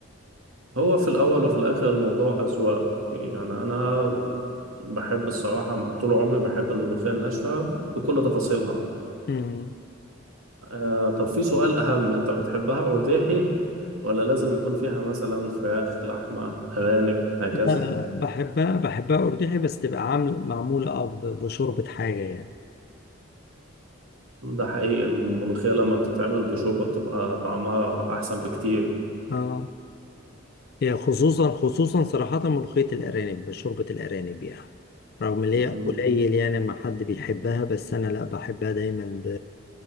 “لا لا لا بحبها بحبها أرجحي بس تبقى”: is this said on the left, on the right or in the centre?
Left